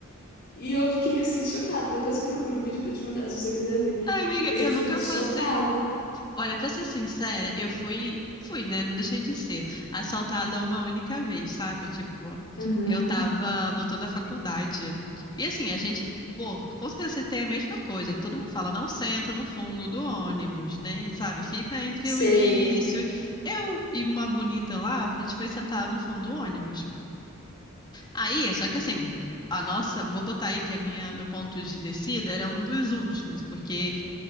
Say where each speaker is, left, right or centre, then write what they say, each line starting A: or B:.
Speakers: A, on the left; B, on the left.
A: E eu fiquei assim, chocada. Depois eu procuro o vídeo pra te mandar, se você quiser ver.
B: Amiga,
A: Mas
B: eu
A: eu fiquei
B: nunca
A: chocada.
B: passei. Olha, pra ser sincera, eu fui, fui, né? Não deixei de ser assaltada uma única vez, sabe? Tipo,
A: Uhum.
B: eu tava voltando da faculdade. E assim, a gente, pô, com certeza você tem a mesma coisa. Todo mundo fala, não senta no fundo do ônibus, né? Sabe? Fica entre
A: Sei.
B: o início. Eu e uma bonita lá, a gente foi sentar no fundo do ônibus. Aí, é só que assim, a nossa, vou botar aí que a minha, meu ponto de descida era um dos últimos, porque